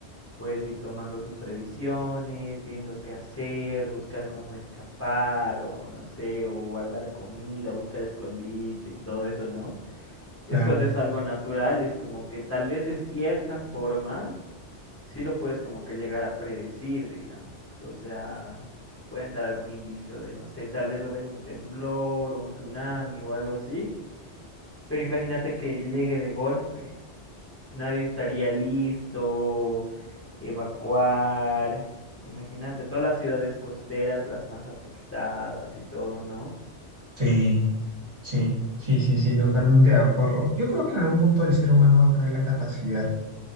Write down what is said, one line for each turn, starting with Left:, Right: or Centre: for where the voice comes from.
Left: puedes ir tomando tus previsiones, viendo qué hacer, buscar cómo escapar o no sé, o guardar comida, buscar escondite y todo eso, ¿no?
Right: Claro,
Left: Es cuando es algo natural, es como que tal vez de cierta forma sí lo puedes como que llegar a predecir, digamos. O sea, te pueden dar algún indicio de, no sé, tal vez va a haber un temblor o un tsunami o algo así pero imagínate que llegue de golpe. Nadie estaría listo, evacuar. Imagínate, todas las ciudades costeras, las más afectadas y todo, ¿no?
Right: sí, sí, sí, sí, sí, totalmente de acuerdo. Yo creo que en algún punto el ser humano va a tener la capacidad